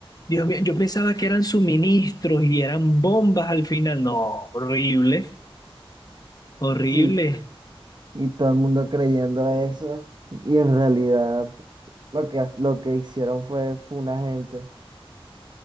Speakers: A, on the left; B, on the right.
A: Dios mío, yo pensaba que eran suministros y eran bombas al final. No, horrible, horrible.
B: Sí. Y todo el mundo creyendo eso. Y en realidad lo que, lo que hicieron fue, fue una gente.